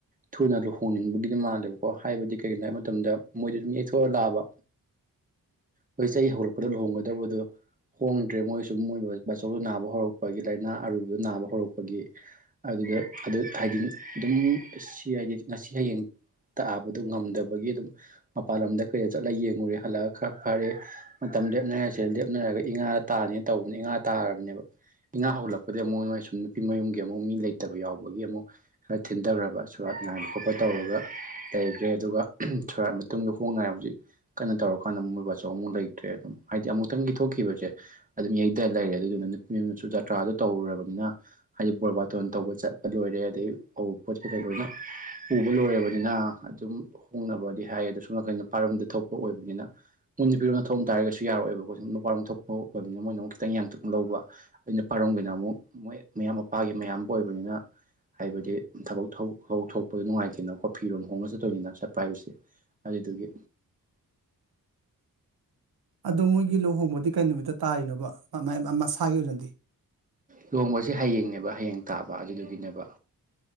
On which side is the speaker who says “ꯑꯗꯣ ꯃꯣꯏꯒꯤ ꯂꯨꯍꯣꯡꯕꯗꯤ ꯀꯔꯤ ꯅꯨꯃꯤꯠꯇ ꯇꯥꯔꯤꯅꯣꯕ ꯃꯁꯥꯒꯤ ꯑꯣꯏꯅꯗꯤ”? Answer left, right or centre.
Right